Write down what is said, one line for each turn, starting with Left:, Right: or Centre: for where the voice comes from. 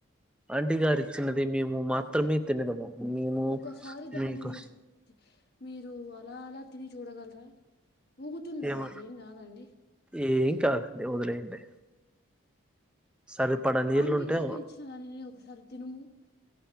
Centre: ఆంటీ గారి ఇచ్చినది మేము మా మాత్రమే తినదము మేము
Left: ఒకసారి దానిని
Centre: మీకు
Left: మీరు అలా అలా తిని చూడగలరా ఊగుతుందండి
Centre: ఏమ
Left: ఇదేం కాదండి
Centre: ఏం కాదండి వదిలేయండి సరిపడా నీళ్లుంటే
Left: ఆంటీ గారు ఇచ్చిన దాని ఒకసారి తినుము